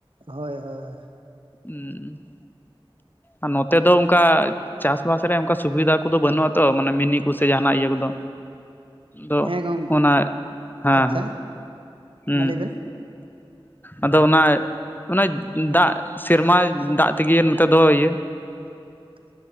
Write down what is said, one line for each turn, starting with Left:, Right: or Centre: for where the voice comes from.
Right: ᱦᱳᱭ ᱦᱳᱭ।
Left: ᱦᱩᱸ ᱟᱨ ᱱᱚᱛᱮ ᱫᱚ ᱚᱱᱠᱟ ᱪᱟᱥᱵᱟᱥ ᱨᱮ ᱚᱱᱠᱟ ᱥᱩᱵᱤᱫᱷᱟ ᱠᱚᱫᱚ ᱵᱟᱹᱱᱩᱜᱼᱟᱛᱚ ᱢᱟᱱᱮ ᱢᱤᱱᱤ ᱠᱚᱥᱮ ᱡᱟᱦᱟᱱᱟᱜ ᱤᱭᱟᱹ ᱠᱚᱫᱚ ᱟᱫᱚ
Right: ᱦᱮᱸ ᱜᱚᱝ
Left: ᱚᱱᱟ ᱦᱮᱸ
Right: ᱟᱪᱪᱷᱟ।
Left: ᱦᱮᱸ ᱦᱩᱸ
Right: ᱢᱟ ᱞᱟᱹᱭ ᱵᱮᱱ
Left: ᱟᱫᱚ ᱚᱱᱟ ᱚᱱᱟ ᱫᱟᱜ ᱥᱮᱨᱢᱟ ᱫᱟᱜ ᱛᱮᱜᱮ ᱱᱚᱛᱮ ᱫᱚ ᱤᱭᱟᱹ
Right: <inaudible>